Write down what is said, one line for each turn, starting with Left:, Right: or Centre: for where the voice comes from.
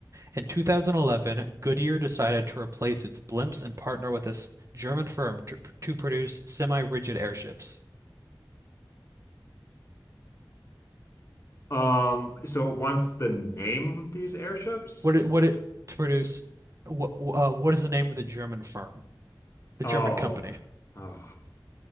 Right: In 2011, Goodyear decided to replace its blimps and partner with this German firm to, to produce semi-rigid airships.
Left: Um, so it wants the name of these airships?
Right: What it, what it to produce? What, uh, what is the name of the German firm? The
Left: Oh.
Right: German company.
Left: Oh.